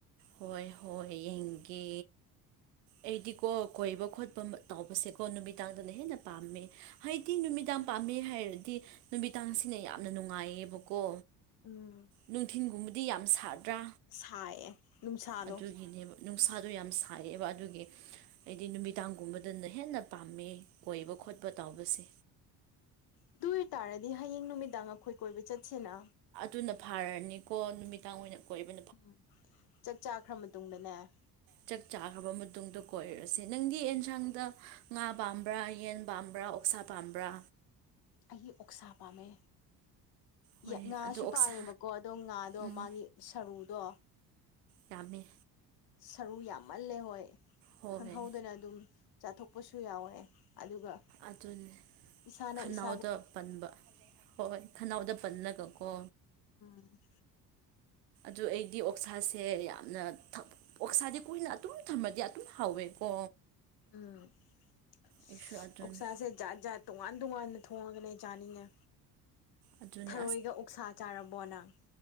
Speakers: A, on the right (about 80°); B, on the left (about 50°).
A: ꯍꯣꯏ ꯍꯣꯏ ꯌꯦꯡꯒꯦ ꯑꯩꯗꯤꯀꯣ ꯀꯣꯏꯕ ꯈꯣꯠꯄ ꯇꯧꯕꯁꯦꯀꯣ ꯅꯨꯃꯤꯗꯥꯡꯗꯅ ꯍꯦꯟꯅ ꯄꯥꯝꯃꯦ ꯍꯥꯏꯗꯤ ꯅꯨꯃꯤꯗꯥꯡ ꯌꯥꯝ ꯄꯥꯝꯃꯦ ꯍꯥꯏꯔꯗꯤ ꯅꯨꯃꯤꯗꯥꯡꯁꯤꯅ ꯌꯥꯝꯅ ꯅꯨꯡꯉꯥꯏꯌꯦꯕꯀꯣ
B: ꯎꯝ
A: ꯅꯨꯡꯊꯤꯟꯒꯨꯝꯕꯗꯤ ꯌꯥꯝ ꯁꯥꯗ꯭ꯔꯥ
B: ꯁꯥꯏꯌꯦ ꯅꯨꯡꯁꯥꯗꯣ
A: ꯑꯗꯨꯒꯤꯅꯦꯕ ꯅꯨꯡ ꯃꯁꯥꯗꯣ ꯌꯥꯝ ꯁꯥꯏꯔꯛꯑꯦꯕ ꯑꯗꯨꯒꯤ ꯍꯥꯏꯗꯤ ꯅꯨꯃꯤꯗꯥꯡꯒꯨꯝꯕꯗꯅ ꯍꯦꯟꯅ ꯄꯥꯝꯃꯦ ꯀꯣꯏꯕ ꯈꯣꯠꯄ ꯇꯥꯎꯁꯦ
B: ꯑꯗꯨ ꯑꯣꯏ ꯇꯥꯔꯗꯤ ꯍꯌꯦꯡ ꯅꯨꯃꯤꯗꯥꯡ ꯑꯩꯈꯣꯏ ꯀꯣꯏꯕ ꯆꯠꯁꯦꯅ
A: ꯑꯗꯨꯅ ꯐꯥꯔꯅꯤꯀꯣ ꯅꯨꯃꯤꯗꯥꯡ ꯑꯣꯏꯅ ꯀꯣꯏꯕ
B: ꯎꯝ ꯆꯥꯛ ꯆꯥꯈ꯭ꯔ ꯃꯇꯨꯡꯗꯅꯦ
A: ꯆꯥꯛ ꯆꯥꯈ꯭ꯔꯕ ꯃꯇꯨꯡꯗ ꯀꯣꯏꯔꯁ ꯅꯪꯗꯤ ꯌꯦꯟꯁꯥꯡꯗ ꯉꯥ ꯄꯥꯝꯕ꯭ꯔꯥ ꯌꯦꯟ ꯄꯥꯝꯕ꯭ꯔꯥ ꯑꯣꯛꯁꯥ ꯄꯥꯝꯕ꯭ꯔꯥ
B: ꯑ ꯎꯛꯁꯥꯄ ꯃ
A: ꯍꯣꯏ
B: ꯌꯥ ꯉꯥꯁꯨ
A: ꯑꯗꯨ ꯑꯣꯛꯁꯥ
B: ꯄꯥꯝꯃꯦꯕꯀꯣ ꯑꯗꯣ ꯉꯥꯗꯣ
A: ꯎꯝ
B: ꯃꯥꯒꯤ ꯁꯔꯨꯗꯣ
A: ꯌꯥꯝꯃꯦ
B: ꯁꯔꯨ ꯌꯥꯝꯃꯜꯂꯦ ꯍꯣꯏ
A: ꯍꯣꯏ
B: ꯈꯪꯍꯧꯗꯅ ꯑꯗꯨꯝ ꯆꯥꯊꯣꯛꯄꯁꯨ ꯌꯥꯎꯋꯦ ꯑꯗꯨꯒ
A: ꯑꯗꯨꯅꯦ
B: ꯏꯁꯥꯅ ꯏꯁ
A: ꯈꯅꯥꯎꯗ ꯄꯟꯕ ꯍꯣꯏ ꯍꯣꯏ ꯈꯅꯥꯎꯗ ꯄꯜꯂꯒꯀꯣ
B: ꯎꯝ
A: ꯗꯨ ꯑꯩꯗꯤ ꯑꯣꯛꯁꯥꯁꯦ ꯌꯥꯝꯅ ꯊ ꯑꯣꯛꯁꯥꯗꯤ ꯀꯨꯏꯅ ꯑꯗꯨꯝ ꯊꯝꯃꯗꯤ ꯑꯗꯨꯝ ꯍꯥꯎꯋꯦꯀꯣ
B: ꯎꯝ ꯑꯁ
A: ꯑꯩꯁꯨ ꯑꯗꯨꯅꯤ
B: ꯑꯣꯛꯁꯥꯖꯦ ꯖꯥꯠ ꯖꯥꯠ ꯇꯣꯉꯥꯟ ꯇꯣꯉꯥꯟꯅ ꯊꯣꯡꯉꯒꯅꯦ ꯆꯥꯅꯤꯡꯉꯦ
A: ꯑꯗꯨꯅꯦ
B: ꯊꯔꯣꯏꯒ ꯎꯛꯁꯥ ꯆꯥꯔꯕꯣ ꯅꯪ